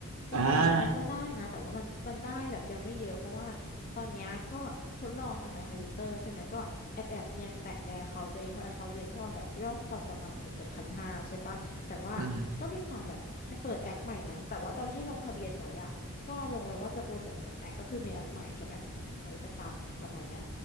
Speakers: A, on the left; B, on the right.
A: จริงๆอะมันก็ได้นะแต่ว่ามันมันได้แบบยังไม่เยอะเพราะว่าตอนเนี้ยก็ทดลองทำในทวิตเตอร์ใช่ไหมก็แอบแอบเนียนแปะใน
B: อ่า
A: account ตัวเองเพราะ account ตัวเองก็แบบยอดฟอลประมาณเกือบเกือบพันห้าใช่ปะแต่ว่าก็มีความแบบไปเปิดแอคใหม่นะแต่ว่าตอนที่ลงทะเบียนไว้อะ
B: อืม
A: ก็ลงไว้ว่าจะโปรโมทสองแอคก็คือมีแอคใหม่กับแอคที่ใช้ประจำประมาณเนี้ย